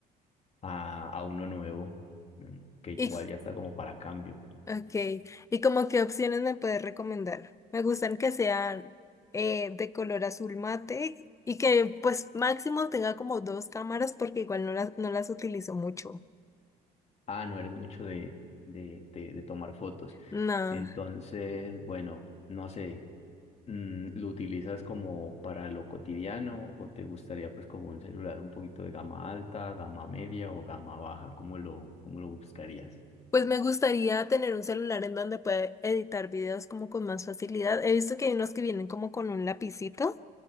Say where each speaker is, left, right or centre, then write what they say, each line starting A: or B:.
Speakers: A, on the left (about 40°); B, on the left (about 20°).
A: a, a uno nuevo, mm, que
B: ¿Y
A: igual ya está como para cambio.
B: Okay, ¿y como qué opciones me puedes recomendar? Me gustan que sean eh, de color azul mate y que pues máximo tenga como dos cámaras porque igual no las, no las utilizo mucho.
A: Ah, no eres mucho de, de, de de tomar fotos.
B: No,
A: Entonces, bueno, no sé, mm, ¿lo utilizas como para lo cotidiano o te gustaría pues como un celular un poquito de gama alta, gama media o gama baja? ¿Cómo lo, cómo lo buscarías?
B: pues me gustaría tener un celular en donde pueda editar videos como con más facilidad. He visto que hay unos que vienen como con un lapicito.